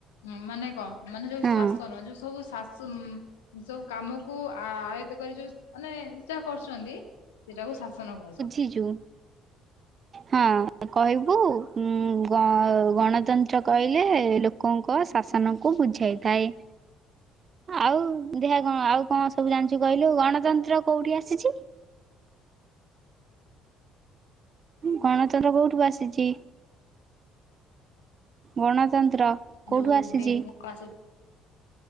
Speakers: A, on the left; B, on the right.
A: ହଁ ମାନେ ଙ୍କ ମାନେ ଯୋଉ
B: ହଁ
A: ଶାସନ ଯୋଉ ସବୁ ଶାସନ ସ ଉ ସବୁ କାମକୁ ଆୟତ କରି ଯୋଉ ମାନେ ଯାହା କରୁଛନ୍ତି। ଏଟାକୁ ଶାସନ କହାଯାଏ।
B: ଇଯୁ
A: <inaudible>
B: ହଁ କହିବୁ ଉଁ ଗ ଗଣତନ୍ତ୍ର କହିଲେ ଲୋ କଙ୍କ ଶାସନକୁ ବୁଝାଇଥାଏ।
A: <inaudible>
B: ଆଉ ଦେହିଆ କଁ ଆଉ କଁ ସବୁ ଜାଣିଚୁ କହିଲୁ ଗଣତନ୍ତ୍ର କୋଉଠି ଆସିଚି? ଗଣତନ୍ତ୍ର କୋଉଠୁ ଆସିଚି? ଗଣତନ୍ତ୍ର। କୋଉଠୁ
A: ଯୋଉ
B: ଆସିଛି?
A: ଡେମୁକାଶି